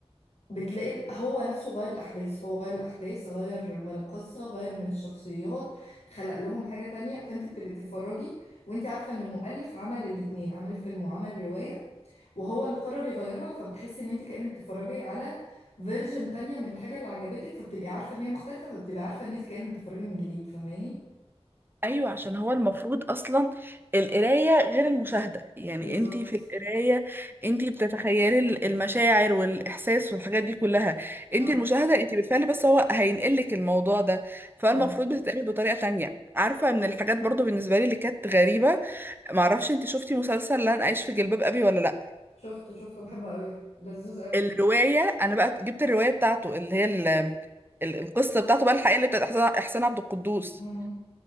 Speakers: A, on the left; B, on the right.
A: بتلاقي ال- هو نفسه غير الأحداث هو غير الأحداث غير من القصة غير من الشخصيات خلق لهم حاجة تانية فانت بتبقي تتفرجي وانت عارفة ان المؤلف عمل الاتنين عمل الفيلم وعمل الرواية وهو اللي قرر يغيرها فبتحسي ان انت كأنك بتتفرجي على فيرجن تانية من الحاجة اللي عجبتك فبتبقي عارفة ان هي مختلفة فبتبقي عارفة ان انت كأنك بتتفرجي من جديد فاهماني
B: ايوه عشان هو المفروض اصلا القرايه غير المشاهده يعني
A: بالظبط
B: انتي في القرايه انتي بتتخيلي ال- المشاعر والاحساس والحاجات دي كلها
A: صح
B: انتي المشاهده انتي بالفعل بس هو هينقلك الموضوع ده فالمفروض
A: صح
B: بتتعمل بطريقه تانية عارفه من الحاجات برضو بالنسبه لي اللي كانت غريبه معرفش انتي شفتي مسلسل لن اعيش في جلباب ابي ولا لا
A: شفته شفته بحبه قوي لذوذ قوي
B: الروايه انا بقى جبت الروايه بتاعته اللي هي ال- ال- القصه بتاعته بقى الحقيقيه اللي بتاعت احسان إحسان عبد القدوس
A: مم.